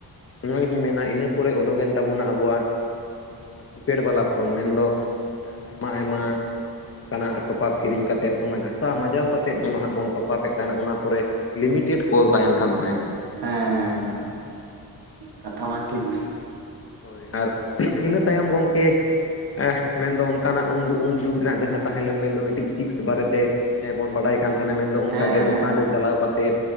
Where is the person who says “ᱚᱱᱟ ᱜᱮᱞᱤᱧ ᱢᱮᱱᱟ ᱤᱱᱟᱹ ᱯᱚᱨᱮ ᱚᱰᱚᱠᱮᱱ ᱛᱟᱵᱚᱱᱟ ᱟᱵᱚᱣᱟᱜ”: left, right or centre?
Left